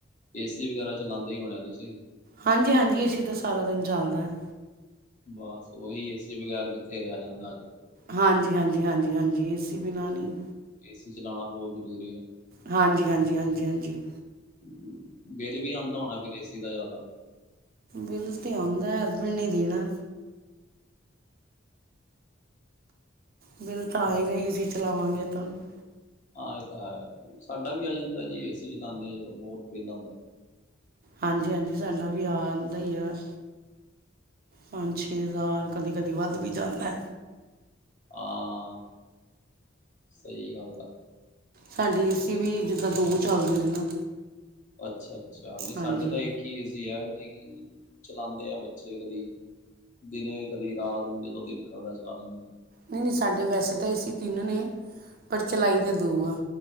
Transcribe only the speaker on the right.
ਹਾਂਜੀ ਹਾਂਜੀ ਅਏਸੀ ਤਾਂ ਸਾਰਾ ਦਿਨ ਚੱਲਦਾ ਹੈ
ਹਾਂਜੀ ਹਾਂਜੀ ਹਾਂਜੀ ਹਾਂਜੀ ਇਸ ਅਸੀ ਬਣਾਣੀ
ਹਾਂਜੀ ਹਾਂਜੀ ਹਾਂਜੀ ਹਾਂਜੀ
ਬਿਲ ਤੇ ਆਉਂਦਾ ਹਸਬੈਂਡ ਨੇ ਦੇਣਾ ਬਿਲ ਤਾਂ ਆਏਗਾ ਹੀ ਅਸੀਂ ਚਲਾਵਾਂਗੇ ਇ ਤੁ ਨੂੰ
ਹਾਂਜੀ ਹਾਂਜੀ ਸਾਨੂੰ <unintelligible> ਪੰਜ ਛੇ ਹਜ਼ਾਰ ਕਦੀ ਕਦੀ ਵੱਧ ਵੀ ਜਾਂਦਾ
ਸਾਡੀੇ ਏਸੀ ਵੀ ਜਿੱਦਾਂ ਦੋਵ ਚੱਲਦੇ ਨੇ ਨਾ
ਹਾਂਜੀ
ਨਹੀਂ ਨਹੀਂ ਸਾਡੇ ਵੈਸੇ ਤਾਂ ਅ ਤਿੰਨ ਨੇ ਪਰ ਚਲਾਈ ਦੇ ਦੋ ਆ